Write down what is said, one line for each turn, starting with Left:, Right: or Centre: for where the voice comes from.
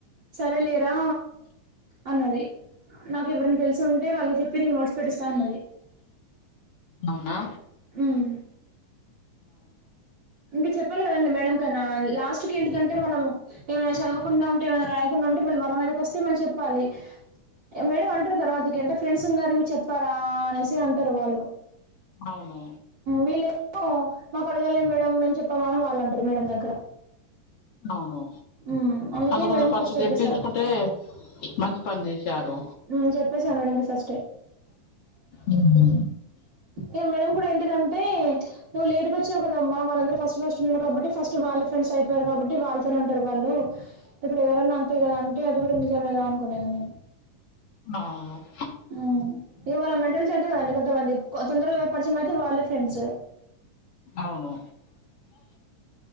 Right: సరే లేరా అన్నది నాకు ఎవరిని తెలిసి ఉంటే వాళ్ళకి చెప్పి నీకు నోట్స్ పెట్ ఇస్తాఅన్నది
Left: అవునా ఆహా
Right: హ్మ్ ఇంక చెప్పాలి కదండి మేడం కైనా లాస్ట్ కి ఎందుకంటే మనం ఏమైనా చదవకుండా ఉంటే ఏమైనా రాయకుండా ఉంటే మళ్లి మనం మీదకి వస్తే మనం చెప్పుకోవాలి మేడం అంటారు తర్వాతకి ఎంత ఫ్రెండ్స్ ఉన్నారు మీకు చెప్పరా అనేసి అంటారు వాళ్ళు
Left: అవును
Right: వీళ్ళేమో మాకు అడగలేదు మేడం మేమ్ చెప్పమ అని వాళ్ళంటారు మేడం దగ్గర
Left: అవును
Right: ఉమ్, అందుకే
Left: అందుకోసం
Right: మేడం
Left: ఫస్ట్
Right: చెప్పేసా
Left: తెప్పించుకుంటే మంచి పని చేసారు
Right: మ్ చెప్పేసా మేడంకి ఫస్టే
Left: వద్దు
Right: ఇగ మేడం కూడా ఏంటిదంటే నువ్వు లేటు వచ్చావు కదమ్మా వాళ్ళందరు ఫస్ ఫస్ట్ ఉన్నా కాబట్టి ఫస్ట్ వాళ్ళ ఫ్రెండ్స్ అయిపోయారుబట్టి వాళ్ళతోనే ఉంటారు వాళ్ళు ఇప్పుడు ఎవరన్నా అంతే కదా అంటే అది కూడా నిజమే గా అనుకున కను
Left: అవును
Right: మ్మ్? ఇక వాళ్ళ మెంటల్ స్టెల్త్ కదండి కొంతమంది తొందరగా పరిచిన అయితే వాళ్ళ ఫ్రెండ్స్
Left: అవును